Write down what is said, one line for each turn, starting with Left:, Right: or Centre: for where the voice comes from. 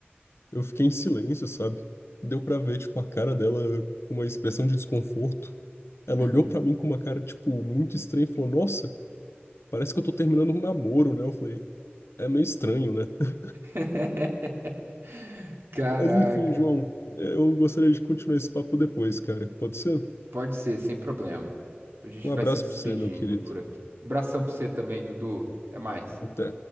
Left: Eu fiquei em silêncio, sabe? Deu pra ver, tipo, a cara dela com uma expressão de desconforto. Ela
Right: Uhum.
Left: olhou pra mim com uma cara, tipo, muito estranha e falou: Nossa, parece que eu tô terminando um namoro, né? Eu falei: É meio estranho, né? <laughs>
Right: <laughs> Caraca.
Left: Mas enfim, João, é, eu gostaria de continuar esse papo depois, cara. Pode ser?
Right: Pode ser, sem problema. A gente
Left: Um
Right: vai
Left: abraço
Right: se despedindo
Left: pra você, meu querido.
Right: por aqui. Abração pra você também, Dudu. Até mais.
Left: Até.